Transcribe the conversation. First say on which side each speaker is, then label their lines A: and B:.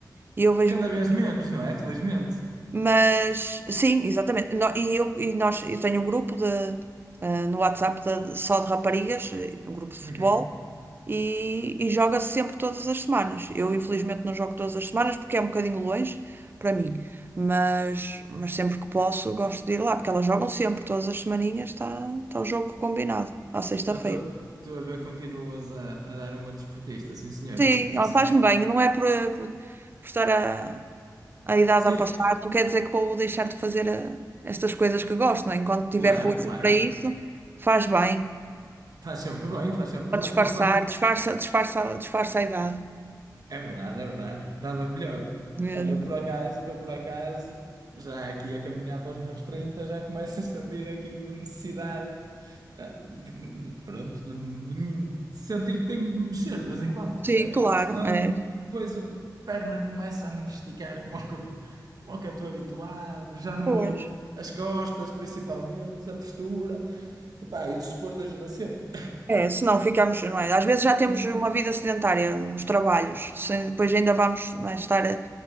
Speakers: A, on the right; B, on the right.
A: e eu vejo-me
B: cada vez menos, não é? Felizmente.
A: Mas sim, exatamente. No- e, eu, e nós, eu tenho um grupo de, ah, no WhatsApp de- só de raparigas, eh, um grupo de futebol,
B: Uhum.
A: e, e joga-se sempre todas as semanas. Eu, infelizmente, não jogo todas as semanas porque é um bocadinho longe para mim, mas, mas sempre que posso, gosto de ir lá, porque elas jogam sempre, todas as semaninhas está, está o jogo combinado, à sexta-feira.
B: Então, tu tu a ver, continuas a, a dar uma desportista, sim, senhor,
A: Sim,
B: assim, assim.
A: ó, faz-me bem, não é por, por, por estar a, a idade
B: Sim,
A: a passar, não quer dizer que vou deixar de fazer eh, estas coisas que gosto, não é? Enquanto tiver
B: claro,
A: força
B: claro.
A: para isso, faz bem,
B: Faz sempre bem, faz sempre
A: para
B: bem.
A: disfarçar,
B: E quando,
A: disfarça, disfarça, disfarça a idade
B: É verdade, é verdade. Nada melhor.
A: mesmo.
B: Olha, eu por acaso, eu por acaso, já aqui a caminhar para os meus 30 já começo a sentir aqui uma necessidade, ah, de, de- pronto, de, de me- de sentir que tenho de mexer de vez em quando,
A: Sim,
B: percebes?
A: claro,
B: Porque senão
A: é,
B: depois a perna começa a não esticar como <laughs> é que eu como é que eu estou habituado, já não
A: pois.
B: vou. As costas, principalmente, a postura. Epá, e o desporto ajuda sempre.
A: É, se não ficamos, não é? Às vezes já temos
B: Não,
A: uma vida sedentária nos trabalhos, se- depois ainda vamos, não é, estar, a-